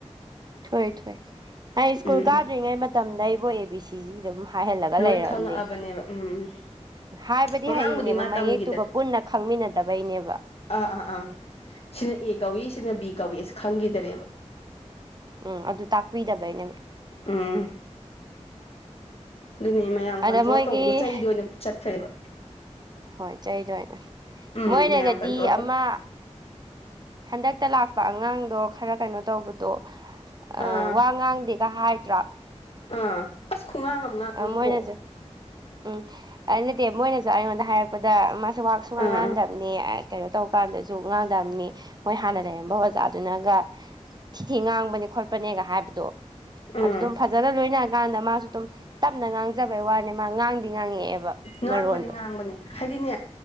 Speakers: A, on the right; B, on the left.
A: ꯊꯣꯛꯑꯦ ꯊꯣꯛꯑꯦ high school
B: um
A: ꯀꯥꯗ꯭ꯔꯤꯉꯩ ꯃꯇꯝꯗꯩꯕꯧ A B C ꯁꯤꯗꯤ ꯑꯗꯨꯝ ꯍꯥꯏꯍꯜꯂꯒ
B: ꯂꯣꯏ
A: ꯂꯩꯔꯕꯅꯤ
B: ꯈꯪꯉꯛꯑꯕꯅꯦꯕ ꯎꯝ ꯎꯝ
A: ꯍꯥꯏꯕꯗꯤ
B: ꯃꯃꯥꯡꯕꯨꯗꯤ
A: ꯍꯩꯔꯤꯅꯦꯕ
B: ꯃꯥ ꯇꯝꯈꯤꯗ꯭ꯔꯦ
A: ꯃꯌꯦꯛꯇꯨꯒ ꯄꯨꯟꯅ ꯈꯪꯃꯤꯟꯅꯗꯕꯩꯅꯦꯕ
B: ꯑꯥ ꯑꯥ ꯑꯥ ꯁꯤꯅ ꯑꯦ ꯀꯧꯏ ꯁꯤꯅ ꯕꯤ ꯀꯧꯏ ꯁꯨ ꯈꯪꯈꯤꯗꯔꯦꯕ
A: ꯎꯝ ꯑꯗꯨ ꯇꯥꯛꯄꯤꯗꯕꯩꯅꯦꯕ
B: ꯎꯝ ꯑꯗꯨꯅꯦ ꯃꯌꯥꯝ
A: ꯑꯗ
B: ꯀꯟꯇ꯭ꯔꯣꯜ
A: ꯃꯣꯏꯒꯤ
B: ꯇꯧꯕꯗꯣ ꯆꯩꯗ ꯑꯣꯏꯅ ꯆꯠꯈ꯭ꯔꯦꯕ
A: ꯍꯣꯏ ꯆꯩꯗ ꯑꯣꯏꯅ
B: ꯎꯝ
A: ꯃꯣꯏꯅꯒꯗꯤ
B: ꯃꯌꯥꯝ ꯀꯟꯇ꯭ꯔꯣꯜ ꯇꯧ
A: ꯑꯃ ꯍꯟꯗꯛꯇ ꯂꯥꯛꯄ ꯑꯉꯥꯡꯗꯣ ꯈꯔ ꯀꯩꯅꯣ ꯇꯧꯕꯗꯣ
B: ꯑꯥ
A: ꯑ ꯋꯥ ꯉꯥꯡꯗ‌ꯦꯒ ꯍꯥꯏꯗ꯭ꯔꯣ
B: ꯑꯥ ꯑꯁ ꯈꯨꯉꯥꯡ ꯑꯃ ꯉꯥꯡꯉꯤꯀꯣ
A: ꯑ ꯃꯣꯏꯅꯁꯨ ꯎꯝ ꯑꯗꯨꯅ‌ꯦ ꯃꯣꯏꯅꯁꯨ ꯑꯩꯉꯣꯟꯗ ꯍꯥꯏꯔꯛꯄꯗ ꯋꯥ ꯁꯨꯡꯉꯥꯡ
B: ꯑꯥ
A: ꯉꯥꯡꯗꯕꯅ‌ꯦ
B: ꯑꯥ
A: ꯑꯥ ꯀꯩꯅꯣ ꯇꯧ ꯀꯥꯟꯗꯁꯨ ꯉꯥꯡꯗꯕꯅꯤ ꯃꯣꯏ ꯍꯥꯟꯅ ꯂꯩꯔꯝꯕ ꯑꯣꯖꯥ ꯗꯨꯅꯒ ꯊꯤꯊꯤ ꯉꯥꯡꯕꯅꯦ ꯈꯣꯠꯄꯅꯦꯒ ꯍꯥꯏꯕꯗꯣ
B: ꯎꯝ
A: ꯑꯗꯨꯗꯨꯝ ꯐꯖ ꯐꯖꯅ ꯂꯣꯏꯅꯔ ꯀꯥꯟꯗ ꯃꯥꯁꯨ ꯑꯗꯨꯝ ꯇꯞꯅ ꯉꯥꯡꯖꯕꯩ ꯋꯥꯅꯦ ꯃꯥ ꯉꯥꯡꯗꯤ ꯉꯥꯡꯉꯛꯑꯦꯕ
B: ꯉꯥꯡꯕꯅꯤ
A: ꯃꯔꯣꯟꯗꯣ
B: ꯉꯥꯡꯕꯅꯤ ꯍꯥꯏꯗꯤꯅꯦ